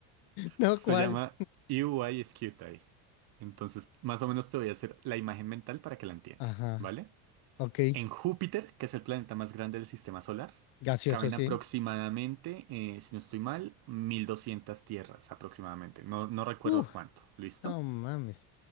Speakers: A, on the left; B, on the right.
A: No,
B: Se
A: ¿cuál?
B: llama Scuti. Entonces, más o menos te voy a hacer la imagen mental para que la entiendas,
A: Ajá,
B: ¿vale?
A: ok.
B: En Júpiter, que es el planeta más grande del sistema solar,
A: Gaseoso,
B: caben
A: sí.
B: aproximadamente, eh, si no estoy mal, 1200 tierras aproximadamente. No, no recuerdo
A: Uh,
B: cuánto. ¿Listo?
A: no mames.